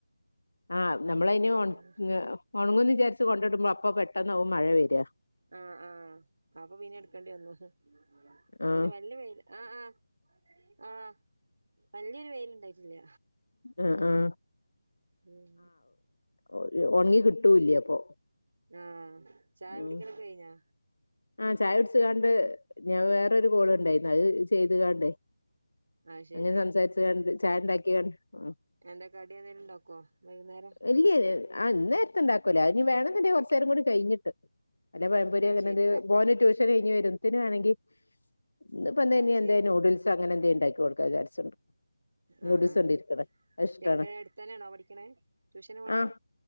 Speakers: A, on the left (about 65°); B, on the right (about 50°).
A: ആഹ് നമ്മളയിന്
B: പിന്നെ
A: ഒൺ ങ്ങ ഒണങ്ങും ന്ന് വിചാരിച്ച ട്ട് കൊണ്ടടുമ്പോ അപ്പൊ പെട്ടെന്നാവും മഴ വെരാ
B: ആഹ് ആഹ് അപ്പ പിന്നെ എടുക്കെണ്ടി വന്നു ഹ് അപൊ
A: ആഹ്
B: പിന്നെ വല്ലിയ വെയില്- ആഹ് ആഹ് ആഹ് വല്ലിയ ഒരു വെയില് ഇണ്ടായിട്ടില്ല
A: ആഹ് ആഹ്
B: ഉം
A: ഒരു ഒണങ്ങി കിട്ടൂല്ലിയെ അപ്പൊ-
B: ആഹ് ചായ
A: ഉം
B: കുടിക്കലൊക്കെ കഴിഞ്ഞാ
A: ആഹ് ചായ കുടിച് കാണ്ട് ഞാൻ വേറൊരു കോള് ഇണ്ടായിരുന്നു അവ് ചെയ്ത് കാണ്ടേ-
B: അത് ശരി
A: അങ്ങനെ സംസാരിച്ച്കാണ്ട് ചായ ഇണ്ടാക്കിണ്ട് ഉം
B: എന്തേ കടി എന്തേലും ഉണ്ടാക്കുവോ വൈകുന്നേരം
A: ഇല്ലിയേ ആ ഇ നേരത്തെ ഉണ്ടാകുവില്ലേ ആയിനി വേണോന്നുണ്ടെ കൊറച്ചേരം കൂടി കഴിഞ്ഞി ട്ട് വല്ലെ പഴംപൊരിയോ
B: അത്
A: അങ്ങനെ
B: ശരി
A: <unintelligible> ന്തേലും
B: ര
A: ഓന് ട്യൂഷന് കഴിഞ്ഞ് വരുമ്ത്തേനു വാണെങ്കി ഇന്ന്പ്പന്തേനു
B: അത്
A: എന്തേനു
B: ശരി
A: നൂഡിൽസ് സ്സ അങ്ങനെ എന്തേണ്ടാക്കി കൊടുക്കാക്കാന്ന് വിചാരിച്ചു - നൂഡിൽസ്
B: ആഹ് ആഹ്
A: ഒണ്ട് ഇരിക്കണെ അതിഷ്ട്ടാണ്
B: എവിടെ അടുത്തന്നെയാണോ പഠിക്കണേ ട്യൂഷന് പോണത്
A: ആഹ്.